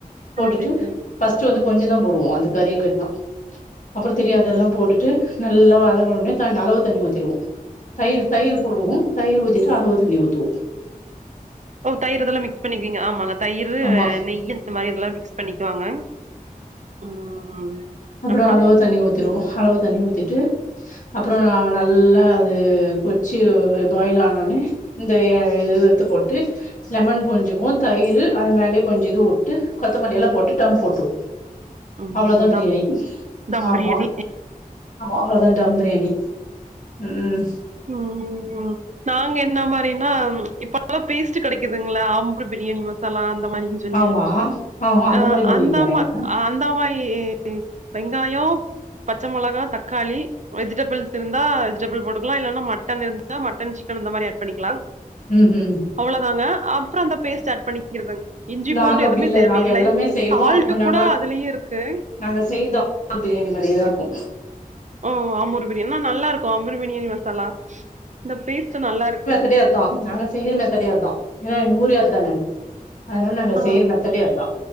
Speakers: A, on the left; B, on the right.
A: போட்டுட்டு
B: ஆ செரி செரி
A: ஃபர்ஸ்ட்டு வந்து
B: ம்
A: கொஞ்சதா போடுவோ அந்த கறிய கேட்தா அப்றம் திரியு அதெல்லா போட்டுட்டு நல்லா வதங்கன ஒன்னே தண் அளவு தண்ணி ஊத்தி திருவோ தயிர் தயிரு போடுவோ தயிர் ஊத்திட்டு அளவு தண்ணி ஊத்துவோ
B: ஓ தயிர் இதெல்லா மிக்ஸ் பண்ணிக்கிவிங்க ஆம்மாங்க தயிர்
A: ஆமா
B: நெய் இந்த மாரி இதல்லா மிக்ஸ் பண்ணிக்குவாங்க ம்
A: அப்றம்
B: அப்றோ
A: அளவு தண்ணி ஊத்திருவோ அளவு தண்ணி ஊத்திட்டு அப்ற நா நல்லா அது கொச்சி பாயில் ஆனோனே இந்த இது எத்து போட்டு லெமன் புழிஞ்சிக்குவோ தயிரு அது மேலயே கொஞ்சோ இது உட்டு கொத்தமல்லியெல்லா போட்டு டம் போட்ருவோ
B: ம்
A: அவ்ளதா பிரியாணி
B: தம் தம்
A: ஆமா
B: பிரியாணி
A: ஆமா அவ்ளதா டம் பிரியாணி ம்
B: ம் ம் ம் நாங்க என்ன மாரினா இப்பெல்லா பேஸ்ட் கெடைக்குதுங்ளா ஆம்பூர் பிரியாணி மசாலா அந்த மாரி
A: ஆமா ஆஹா
B: ஆ
A: மாரி பண்ணுவீங்களா
B: அந்த
A: நீங்க
B: மா ஆ அந்தா மாரி வெங்காயம் பச்ச மொளகா தக்காளி வெஜிடபிள்ஸ் இருந்தா வெஜிடபிள் போட்டுக் இதெல்லா இல்லன்னா மட்டன் இருந்த மட்டன் சிக்கன் இந்த மாரி ஆட் பண்ணிக்கலா
A: ம் ம்
B: அவ்ளோதாங்க அந்த பேஸ்ட் ஆட் பண்ணிக்கிறதுங்க இஞ்சி
A: நாங்க
B: பூண்டு
A: அப்படி
B: எதுவுமே
A: இல்ல
B: தேவையில்லை
A: நாங்க எல்லாமே செய்வோம்
B: சால்ட
A: நாங்க
B: கூட அதுலயே இருக்கு
A: நாங்க செய்யறது ஆம்பூர் பிரியாணி மாரியே தா இருக்கு
B: ஓ ஆம்பூர் பிரியாணி ஆனா நல்லா இருக்கு ஆம்பூர் பிரியாணி மசாலா இந்த பேஸ்ட் நல்லா இருக்கு
A: அப்டிய அதா நாங்க செய்றமேத்தடே அதா ஏன்னா எங்க ஊரே அதானே அதனால நாங்க
B: ஆ
A: செய்ற மெத்தட்டே அதா